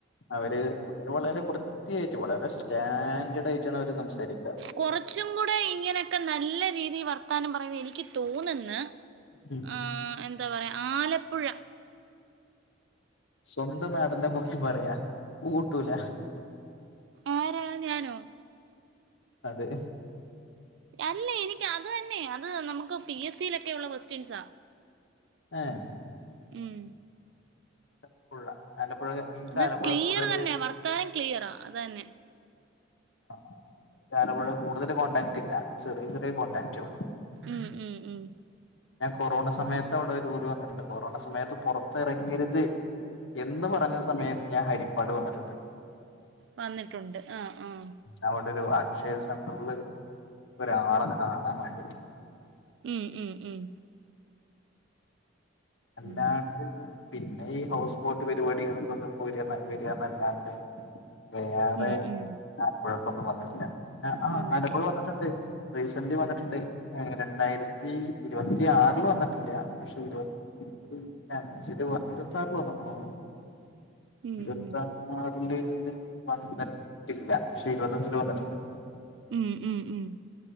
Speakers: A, on the left; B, on the right.
A: അവര് അവ വളരെ കുറ <unintelligible> വളരെ സ്റ്റാൻഡേഡ് ആയിട്ടാണ് അവര് സംസാരിക്ക
B: കൊറച്ചും കൂടെ ഇങ്ങനെയൊക്കെ നല്ല രീതീ വർത്താനം പറയുന്നത് എനിക്ക് തോന്ന്‌ന്ന്
A: ഉം
B: ആഹ് എന്താ പറയാ ആലപ്പുഴ
A: സ്വന്തം നാടിനെ പൊക്കി പറയാ. കൂട്ടൂല
B: ആരാ ഞാനോ
A: അതെ
B: അല്ല എനിക്ക് അത് തന്നെ. അത് നമുക്ക് പി എസ് സിയിലൊക്കെ ഒള്ള ക്വസ്റ്റ്യൻസാ
A: ഏഹ്
B: ഉം
A: ആലപ്പുഴ ആലപ്പുഴ എനിക്ക്
B: അത് ക്ലിയർ
A: കൂടുതല്
B: തന്നെ വർത്താനം ക്ലിയറാ അത് തന്നെ
A: ആഹ് അലപ്പുഴ കൂടുതല് കോണ്ടാക്ട് ഇല്ല ചെറ്യേയ ചെറ്യേയ കോടാക്ട്റ്റെ ഒള്ളു
B: ഉം ഉം ഉം
A: ഞാൻ കൊറോണ സമയത്ത് അവിടെ ഒരു കുറി വന്ന്ട്ട്ണ്ട് കൊറോണ സമയത്ത് പൊറത്തെറങ്ങെരുത് എന്ന്‌ പറഞ്ഞ സമയത്ത് ഞാൻ ഹരിപ്പാട് വന്ന്‌ട്ട്ണ്ട്
B: വന്നിട്ടുണ്ട് ആഹ് ആഹ്
A: അവിടെ ഒരു അക്ഷയ സെന്ററ്ല് ഒരാളെ കാണാൻ വാണ്ടിട്ട്
B: ഉം ഉം ഉം
A: അല്ലാണ്ട്
B: ഉം
A: പിന്നെ ഈ ഹൗസ്പോട്ട് പരിപാടികൾക്കൊക്കെ പോരന്ന് വര്യ ന്നല്ലാണ്ട് വേറെ
B: ഉം ഉം
A: ആലപ്പുഴെക്കൊന്നും വന്ന്ട്ട്ല്ല. ആഹ്
B: വന്നിട്ടില്ല
A: ആലപ്പുഴ വന്നിട്ട്ണ്ട് റീസെന്റ്ലി വന്നിട്ട്ണ്ട്. രണ്ടായിരത്തി ഇരുപത്തിയാറ്ല് വന്നിട്ടില്ല. പക്ഷെ ഇരുപ ഇരുപത്തിഅഞ്ചില് വന്നിട്ട് <inaudible> ഇരുപത്തിആറില വന്ന്ക്ക്ണോ
B: ഉം
A: ഇരുത്താ
B: ഉം
A: ആറില് വന്ന്ട്ടില്ല. പക്ഷെ ഇരുപത്തഞ്ചില് വന്ന്ട്ട്ണ്ട്
B: ഉം ഉം ഉം